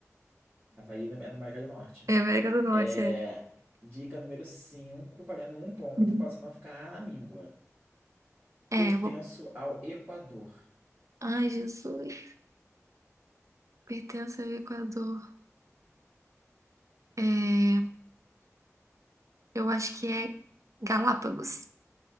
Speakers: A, on the right; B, on the right.
A: Havaí é na é na América do Norte.
B: É América do Norte,
A: É,
B: é.
A: dica número 5, valendo um ponto,
B: <laughs>
A: para você não ficar na míngua.
B: É,
A: Pertenço
B: eu vou...
A: ao Equador.
B: Ai, Jesus. Pertence ao Equador. É, eu acho que é Galápagos.